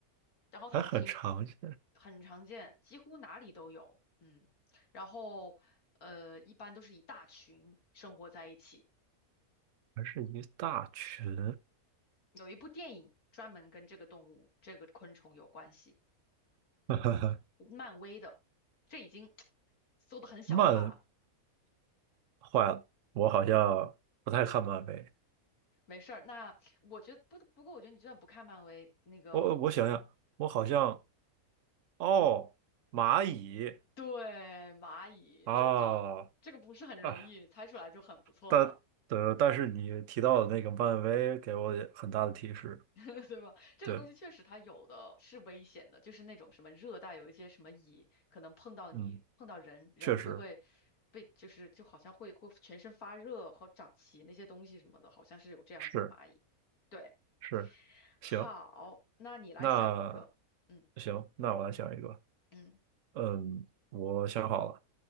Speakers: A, on the left; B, on the right.
A: 然后它平
B: 还很常见。
A: 很常见，几乎哪里都有，嗯。然后呃，一般都是一大群生活在一起。
B: 还是一大群。
A: 有一部电影专门跟这个动物、这个昆虫有关系，
B: <laughs>
A: 漫威的。这已经缩的很小了吧？
B: 漫画我好像不太看漫威，
A: 没事儿，那我觉得不不过，我觉得你就算不看漫威，那个
B: 我我想想，我好像哦，蚂蚁
A: 对，蚂蚁真棒，
B: 啊
A: 这个不是很容易猜出来就很不错了，
B: 啊，但呃，但是你提到的那个漫威给我也很大的提示，
A: <laughs> 对吧？这个东西确实它有的是危险的，
B: 对，
A: 就是那种什么热带有一些什么蚁，可能碰到你碰到人，
B: 嗯，
A: 人就会被就是就好像会会全身发热和长鳍那些东西什么的，
B: 确实
A: 好像是有这样子的蚂蚁。
B: 是
A: 对，
B: 是，
A: 好，
B: 行，
A: 那你来想一个，
B: 那
A: 嗯
B: 行，那我来想一个，
A: 嗯
B: 嗯，我想好了，